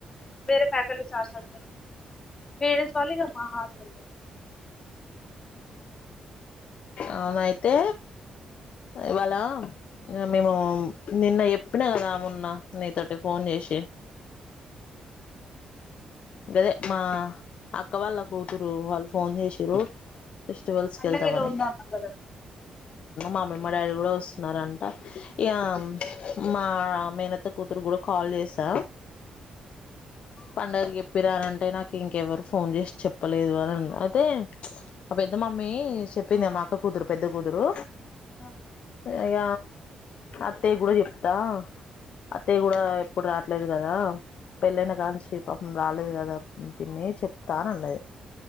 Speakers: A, on the left; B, on the left.
A: వేరే ఫ్యాకల్టీ చార్జ మేడ చాలగా మా హాలు
B: అవునయితే ఇవాళ మేము నిన్న ఎప్పినా కదా మొన్న నీతోటి ఫోన్ చేసి గదే మా అక వాల్ళల కూతురు వాల్ ఫోన్ చేసి ర ఫెస్టివల్స్
A: పండగ
B: కళ్తా
A: ఏదో
B: మన
A: ఉందన్నావు కదా
B: మామీ మా డాడీ కూడా వస్తున్నారంట ఇ మా మేనత్త కూతురు కూడా కాల్ చేసా పంండగకి చెప్పిరానంటే నాకు ఇంకెవరు ఫోన్ చేసి చెప్పలేదు అని అయితే ఆ పెద్ద మమ్మీ చెప్పింది ఆ మాక్క కుతురు పెద్ద కూతురు
A: ఆ
B: ఇక అత్తయ్య కూడా చెప్తా అత్తయ్య కూడా ఎప్పుడు రాట్లేదు కదా పెళ్ళైన కాంచి ప రాలేదు కదా పిన్నే చెప్తాను అన్నది